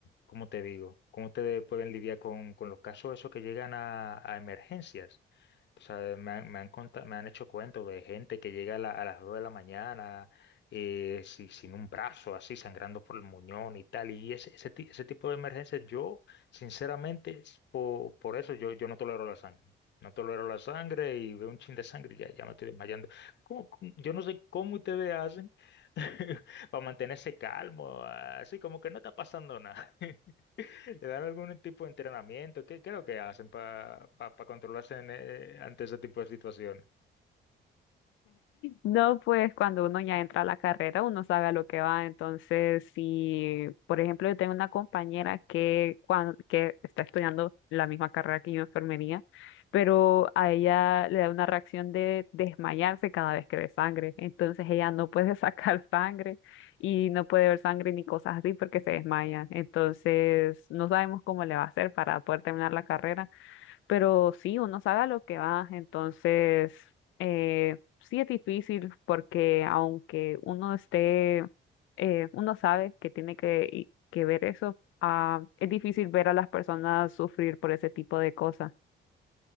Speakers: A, on the left; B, on the left.
A: ¿cómo te digo? ¿Cómo ustedes pueden lidiar con, con los casos esos que llegan a, a emergencias? O sea, me han, me han, conta- me han hecho cuentos de gente que llega a, la- a las 2 de la mañana eh, si- sin un brazo, así sangrando por el muñón y tal. Y ese, ese, ti- ese tipo de emergencias, yo, sinceramente, es por por, eso yo, yo no tolero la sangre. No tolero la sangre y veo un chin de sangre y ya, ya me estoy desmayando. ¿Cómo- cómo? Yo no sé cómo ustedes hacen <laughs> <laughs> para mantenerse calmo, así como que no está pasando nada. <laughs> ¿Le dan algún tipo de entrenamiento? ¿Qué, qué es lo que hacen para controlarse en, eh, ante ese tipo de situaciones?
B: No, pues cuando uno ya entra a la carrera, uno sabe a lo que va. Entonces, si, por ejemplo, yo tengo una compañera que, cuan- que está estudiando la misma carrera que yo, enfermería, pero a ella le da una reacción de desmayarse cada vez que ve sangre. Entonces, ella no puede <laughs> sacar sangre y no puede ver sangre ni cosas así porque se desmaya. Entonces, no sabemos cómo le va a hacer para poder terminar la carrera pero sí, uno sabe a lo que va, entonces eh, sí es difícil porque aunque uno esté, eh, uno sabe que tiene que, y- que ver eso, ah, es difícil ver a las personas sufrir por ese tipo de cosas.